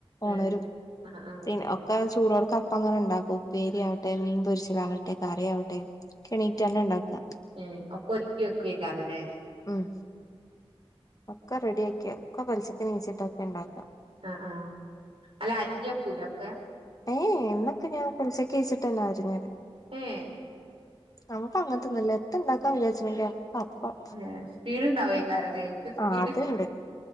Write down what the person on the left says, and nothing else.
ഓണരും
പി ഒക്ക ചൂടോട അപ്പം അങ്ങനെ ഉണ്ടാക്കും ഉപ്പേരിയാവട്ടെ മീൻ പൊരിച്ചിലകട്ടെ കറിയവട്ടെ. കെണീറ്റ് തന്നെ ഉണ്ടാക്ക.
ഉം ഒക്കെ റെഡി ആക്കി ഒക്കെ പെലിചക്ക് നീച്ചിട്ടൊക്കെ ഉണ്ടാക്ക.
ഏയ് എന്നൊക്കെ ഞാൻ പെലിചക്കച്ചിട്ടന്ന ആരിഞ്ഞത്.
നമുക്ക് അങ്ങനത്തെന്നുമല്ല എത്ത് ഇണ്ടാക്കാൻ വിചാരിച്ചണെങ്കപ്പം.
ആ അത്ണ്ട്